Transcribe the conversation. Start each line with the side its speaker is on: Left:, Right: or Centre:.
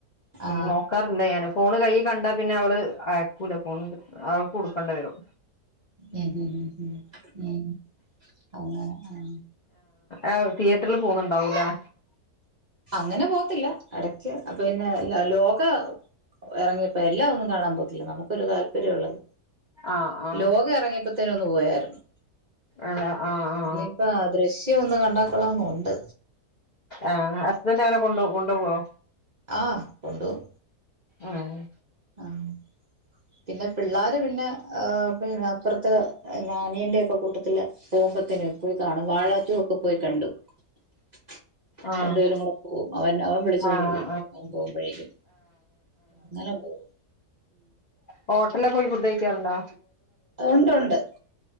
Right: ആ.
Left: നോക്ക റില്ല ഞാന് ഫോണ് കയ്യി കണ്ടാ പിന്നെ അവള് അയക്കൂല ഫോൺ അവൾക്ക് കൊടുക്കേണ്ട വരും
Right: ഉം ഉം ഉം ഉം ആഹ് ആഹ്
Left: ആഹ് തിയേറ്ററിൽ പോന്നുണ്ടാവൂലേ
Right: അങ്ങനെ പോത്തില്ല ഇടക്ക് അപ്പ പിന്നെ ലോക ഇറങ്ങിയപ്പോ എല്ലാം ഒന്നും കാണാൻ പോത്തില്ല നമുക്കൊരു താല്പര്യം ഉള്ളത്
Left: ആ ആ
Right: ലോക ഇറങ്ങിയപ്പോ ത്തിനൊന്ന് പോയായിരുന്നു
Left: അതാ ആഹ് ആഹ്
Right: ഇനിയിപ്പ ദൃശ്യം ഒന്ന് കണ്ടാ ക്കൊള്ളന്നൊണ്ട്
Left: ആഹ് ഹസ്ബന്റ് അങ്ങന കൊണ്ട് കൊണ്ടൊവ്വോ
Right: ആഹ് കൊണ്ടൊവും
Left: ആഹ്
Right: ആഹ് പിന്ന പിള്ളാര് പിന്ന ആഹ് പിന്ന അപ്പറ ത്തെ ഞാ അനിയന്റെ ഒക്കെ കൂട്ടത്തില് പോകുമ്പത്തേന് പോയി കാണും വാഴാ ടു ഒക്കെ പോയി കണ്ടു <inaudible>
Left: ആഹ്
Right: രണ്ടു പേരും കൂടെ പോവും അവൻ അവൻ വിളിച്ച് കൊണ്ട്
Left: ആഹ്
Right: പോവും അവൻ പോവുമ്പഴേക്കും ഇന്നല <unintelligible>
Left: ഹോട്ടലൊക്ക പോയി ഫുഡ് കഴിക്കാറുണ്ടാ
Right: ഉണ്ട് ഉണ്ട്